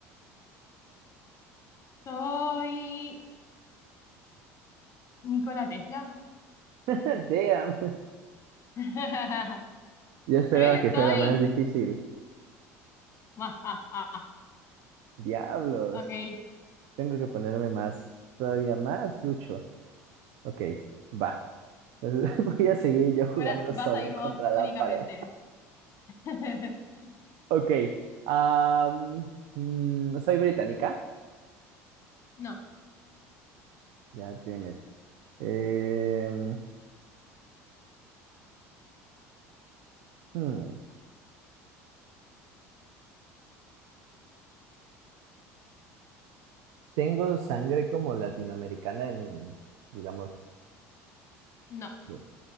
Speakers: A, on the left; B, on the right.
A: ¿Soy Nikola Tesla?
B: <laughs> Damn.
A: <laughs>
B: Yo esperaba
A: Eh,
B: que
A: soy.
B: fuera más difícil.
A: Ma, ah, ah, ah.
B: Diablos.
A: ok.
B: Tengo que ponerme más, todavía más ducho. Ok, va. Entonces, <laughs> voy a seguir yo jugando
A: Ahora vas
B: solo
A: a ir
B: contra
A: vos únicamente.
B: la pared.
A: <laughs>
B: Ok. am, mm, soy británica.
A: No,
B: Ya, damn it. Em, hmm, Tengo sangre como latinoamericana en, digamos,
A: no.
B: de-